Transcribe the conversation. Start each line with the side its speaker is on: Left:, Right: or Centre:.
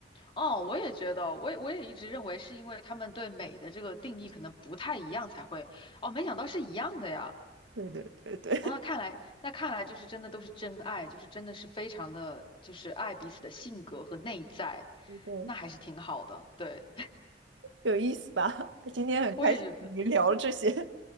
Left: 哦，我也觉得，我也我也一直认为是因为他们对美的这个定义可能不太一样才会，哦，没想到是一样的呀。
Right: <laughs> 对对对对
Left: 那看来，那看来就是真的都是真爱，就是真的是非常的，就是爱彼此的性格和内在，
Right: 对，
Left: 那还是挺好的。对，
Right: 有意思吧？<laughs> 今天很开心你聊了这些，
Left: 我也觉得。